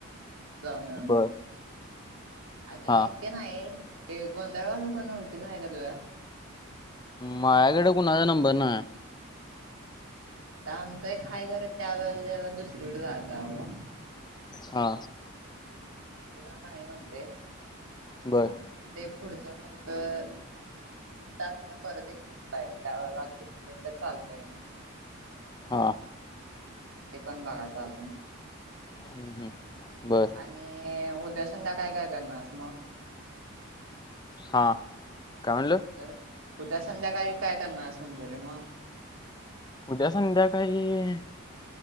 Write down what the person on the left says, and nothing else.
बर
हा
माझ्याकडे कोणाचा नंबर नाय
हा.
बरं.
हा.
हम्म, हम्म, बर
हा, काय म्हणलो.
उद्या संध्याकाळी